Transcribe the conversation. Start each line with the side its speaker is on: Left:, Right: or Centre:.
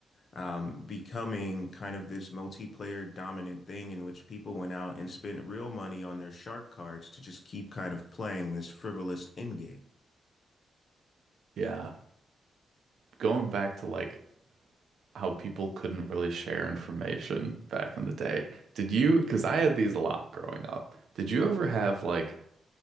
Left: um, becoming kind of this multiplayer dominant thing in which people went out and spent real money on their shark cards to just keep kind of playing this frivolous end game.
Right: Yeah. Going back to like how people couldn't really share information back in the day. Did you, because I had these a lot growing up, did you ever have like,